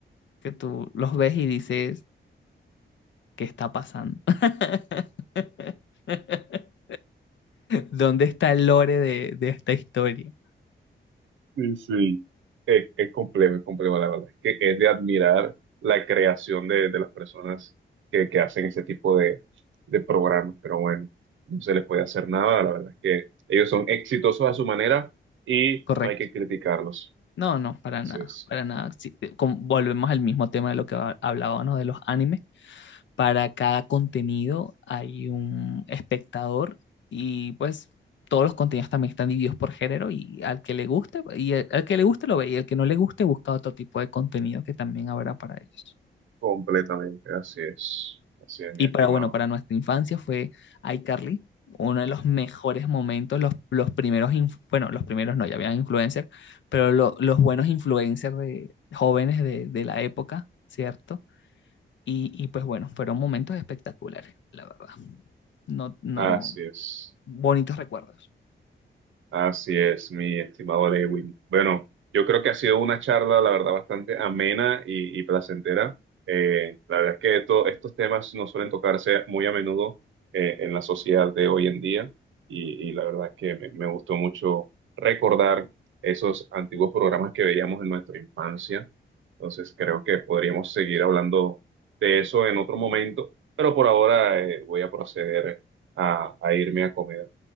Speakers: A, on the left; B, on the right.
A: Que tú los ves y dices, ¿qué está pasando? <laughs> ¿Dónde está el lore de, de esta historia?
B: Sí, sí. Es, es complejo, es complejo, la verdad. Es que es de admirar la creación de, de las personas que, que hacen ese tipo de, de programas, pero bueno, no se les puede hacer nada, la verdad es que ellos son exitosos a su manera y
A: Correcto.
B: no hay que criticarlos.
A: No, no, para
B: Así
A: nada,
B: es,
A: para nada. Sí, eh, com- volvemos al mismo tema de lo que ha- hablábamos de los animes. Para cada contenido hay un espectador y pues todos los contenidos también están divididos por género y al que le guste, y el- al que le guste lo ve y al que no le guste busca otro tipo de contenido que también habrá para ellos.
B: completamente, así es, así es, mi
A: Y
B: estimado,
A: para, bueno, para nuestra infancia fue iCarly, uno de los mejores momentos, los, los primeros, inf- bueno, los primeros no, ya habían influencers, pero lo- los buenos influencers de, jóvenes de, de la época, ¿cierto? Y, y pues bueno, fueron momentos espectaculares, la verdad. No, no,
B: así es.
A: bonitos recuerdos.
B: Así es, mi estimado Lewin. Bueno, yo creo que ha sido una charla, la verdad, bastante amena y, y placentera. Eh, la verdad es que esto- estos temas no suelen tocarse muy a menudo eh, en la sociedad de hoy en día y, y la verdad es que me, me gustó mucho recordar esos antiguos programas que veíamos en nuestra infancia. Entonces, creo que podríamos seguir hablando de eso en otro momento, pero por ahora eh, voy a proceder a a irme a comer.